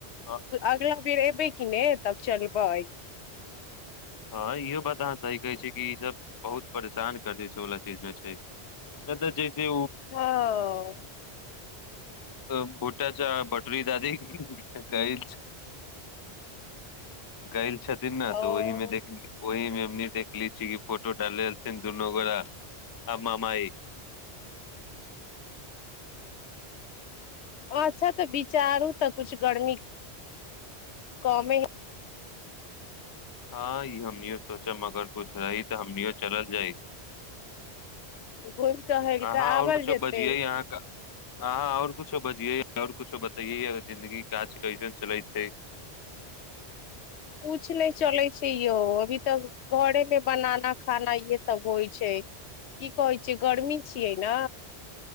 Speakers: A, on the left; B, on the left.
A: हँ
B: अगला फेर एबै कि ने तब चलबै
A: हँ इहो बात अहाँ सही कहै छिय कि ईसभ बहुत परेशान कर दै छै ओला चीज मे छै नहि तऽ जे
B: हँ
A: <unintelligible> बोटटा बटरी दादी गइ गइल छथिन न
B: ओ
A: तऽ ओहिमे ओहिमे हमनी देखल छी कि फोटो डालथिन दुनगोरा आ मामाइ
B: अच्छा तऽ बिचारू तऽ कुछ गर्मी कमे ह
A: हँ ई हमनी सोचा मगर कुछ रह तऽ हमनीयो चल जाइ
B: घुमि टहल
A: अहाँ
B: कऽ आबल
A: आओर कुछ
B: जेतै
A: बजियै अहाँ आओर कुछो बजएओर कुछो बतइए जिन्दगी काज कैसन चलै छै
B: किछ नहि चलै छै यौ अभी तऽ घरेमे बनाना खाना इहे सभ होइ छै की कहै छैियै गर्मी छियै ने